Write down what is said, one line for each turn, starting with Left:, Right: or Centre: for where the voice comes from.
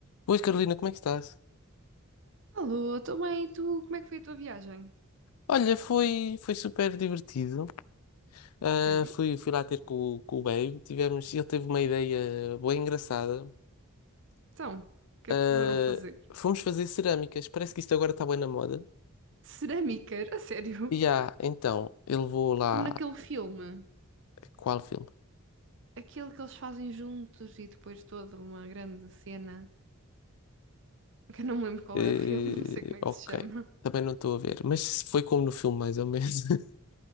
Left: Oi Carolina, como é que estás?
Right: Alô, tô bem, e tu, como é que foi a tua viagem?
Left: Olha, foi, foi super divertido. Ah,
Right: Sério?
Left: fui, fui lá ter com, o- com o Babe. Tivemos, ele teve uma ideia bem engraçada.
Right: Então, o que
Left: Ah,
Right: é que foram fazer?
Left: fomos fazer cerâmicas. Parece que isto agora está bem na moda.
Right: Cerâmica, a sério?
Left: E ah, então, ele levou lá.
Right: Como naquele filme,
Left: Qual filme?
Right: aquele que eles fazem juntos e depois toda uma grande cena, que eu não me lembro qual
Left: Eh,
Right: é o filme, <laughs> não sei como é
Left: ok,
Right: que se chama.
Left: também não estou a ver. Mas foi como no filme, mais ou menos. <laughs>